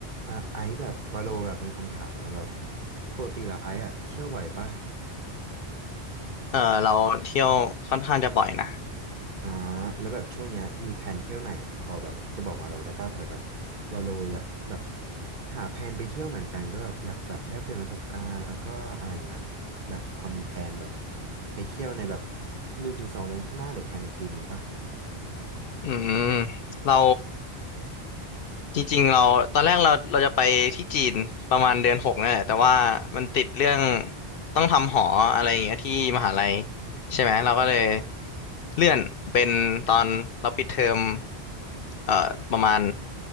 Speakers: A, on the right (about 45°); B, on the left (about 65°).
A: อ่ะไอซ์แบบวาโลแบบมีคำถามมาแบบปกติแล้วไอซ์อะเที่ยวบ่อยปะ
B: เออเราเที่ยวค่อนข้างจะบ่อยนะ
A: อ่าแล้วแบบช่วงเนี้ยมีแผนเที่ยวไหนพอแบบจะบอกวาโลได้ปะเผื่อแบบวาโลอยากแบบหาแผนไปเที่ยวเหมือนกันก็แบบอยากแบบแลกเปลี่ยนประสบการณ์แล้วก็อะไรเงี้ยแบบพอมีแผนแบบไปเที่ยวในแบบหนึ่งถึงสองเดือนข้างหน้าหรือภายในปีนี้ปะ
B: อืมเราจริงๆเราตอนแรกเราเราจะไปที่จีนประมาณเดือนหกนี่นแหละแต่ว่ามันติดเรื่องต้องทำหออะไรอย่างเงี้ยที่มหาลัยใช่ไหมเราก็เลยเลื่อนเป็นตอนเราปิดเทอมเอ่อประมาณ